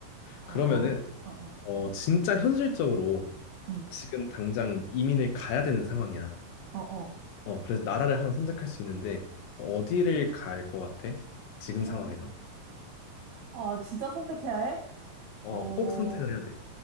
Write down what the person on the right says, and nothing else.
아,
어, 어.
음,
어, 어.
어,
아, 진짜 선택해야 해?
어.